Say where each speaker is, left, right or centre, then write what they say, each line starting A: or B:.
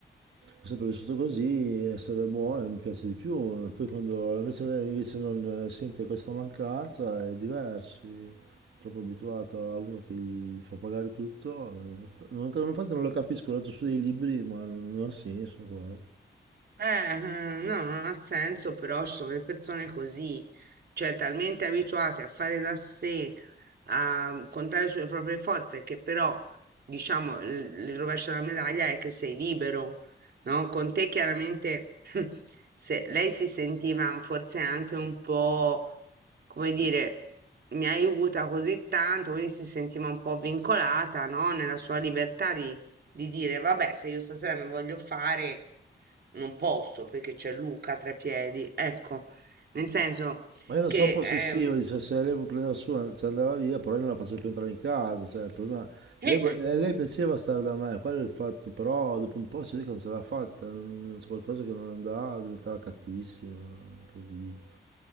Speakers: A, on the right; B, on the right.
A: ho sempre vissuto così, essere buono mi piace di più, E poi quando invece lei invece non eh, sente questa mancanza è diverso, è troppo abituato a uno che gli fa pagare tutto, eh, non- infatti non lo capisco, ho letto su dei libri ma non, non ha senso qua.
B: Eh, mm, no, non ha senso, però ci sono le persone così, cioè talmente abituate a fare da sé, a contare sulle proprie forze, che però, diciamo, il il rovescio della medaglia è che sei libero, no? Con te chiaramente <laughs> se, lei si sentiva forse anche un po', come dire, mi aiuta così tanto, quindi si sentiva un po' vincolata, no? Nella sua libertà di dire vabbè, se io stasera mi voglio fare, non posso perché c'è Luca tra i piedi. Ecco, nel senso
A: Ma io non
B: che
A: sono possessivo,
B: ehm,
A: dice, se lei vuole prendere la sua, se andava via, però io non la faccio più entrare in casa, cioè, il problema-
B: eh,
A: Lei, vo- eh, lei piaceva stare da me, quello è il fatto, però dopo un po' si vede che non ce l'ha fatta, non- non- c'è qualcosa che non andava, diventava cattivissima, improvviso,